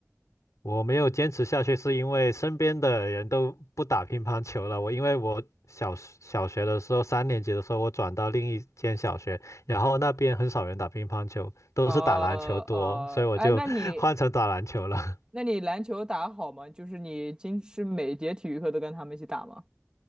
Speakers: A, on the left; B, on the right.
A: 我没有坚持下去，是因为身边的人都不打乒乓球了。我因为我小小学的时候，三年级的时候，我转到另一间小学，然后那边很少人打乒乓球，都是打篮球多，
B: 啊呃，
A: 所以我就
B: 哎，那你
A: <laughs> 换成打篮球了。
B: 那你篮球打得好吗？就是你今是每节体育课都跟他们一起打吗？